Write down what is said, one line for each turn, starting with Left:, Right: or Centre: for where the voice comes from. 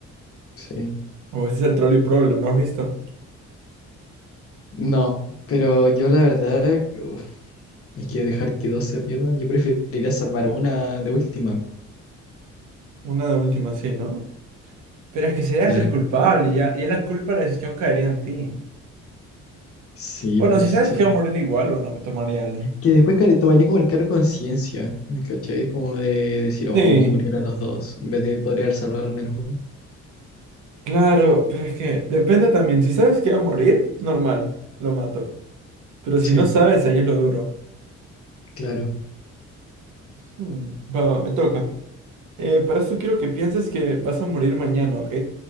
Left: sí.
Right: O ese es el trolley problem, ¿lo has visto?
Left: No, pero yo la verdad uf, es que dejar que dos se pierdan, yo preferiría salvar una de última.
Right: Una de última, sí, ¿no? Pero es que serías
Left: Claro.
Right: el culpable y ya, y ya la culpa de la decisión caería en ti.
Left: Sí,
Right: Bueno,
Left: por
Right: si
Left: eso.
Right: sabes que va a morir igual, bueno, me tomaría el...
Left: Que después care- tomaría como el cargo de conciencia, ¿cachai? Como de decir, oh,
Right: Sí,
Left: murieron los dos, en vez de podría haber salvado al menos uno.
Right: claro, pero es que depende también. Si sabes que va a morir, normal, lo mato. Pero si
Left: Sí,
Right: no sabes, ahí es lo duro.
Left: claro.
Right: Hmm, va, va, me toca. Eh, para esto quiero que pienses que vas a morir mañana, ¿ok?